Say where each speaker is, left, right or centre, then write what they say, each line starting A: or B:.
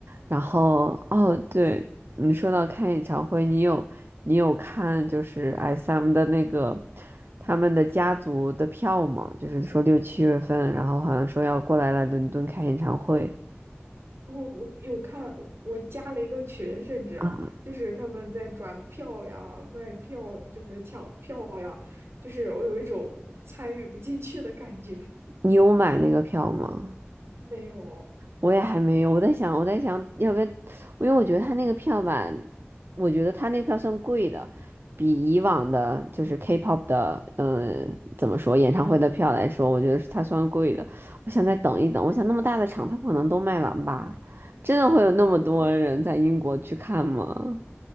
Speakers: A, on the right (about 55°); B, on the right (about 80°).
A: 然后，哦，对，你说到开演唱会，你有你有看就是 SM 的那个他们的家族的票吗？就是说六七月份，然后好像说要过来来伦敦开演唱会
B: 哦，我有看，我加了一个群，甚至就是他们在转票呀、
A: 啊，
B: 卖票，就是抢票呀，就是我有一种我参与不进去的感觉。
A: 你有买那个票吗？
B: 没有，
A: 我也还没有，我在想，我在想要不要，因为我觉得他那个票吧，我觉得他那个票算贵的，比以往的就是 K-pop 的，嗯、怎么说，演唱会的票来说，我觉得是他算贵的。我想再等一等，我想那么大的场，他不可能都卖完吧？真的会有那么多人在英国去看吗？
B: 哦，